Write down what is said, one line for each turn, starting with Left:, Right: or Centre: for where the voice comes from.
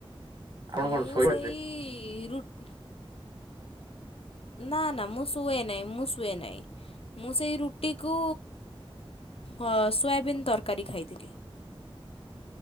Right: ଆପଣ
Left: ମୁଁ
Right: କଣ ଶୋଇପଡିଥିଲେ?
Left: ସେଇ ରୁଟ ନା ନା ମୁଁ ସୁଏ ନାଇ ମୁଁ ସୁଏ ନାଇ। ମୁଁ ସେଇ ରୁଟିକୁ ହଁ ସୋୟାବିନ୍ ତରକାରୀ ଖାଇଥିଲି।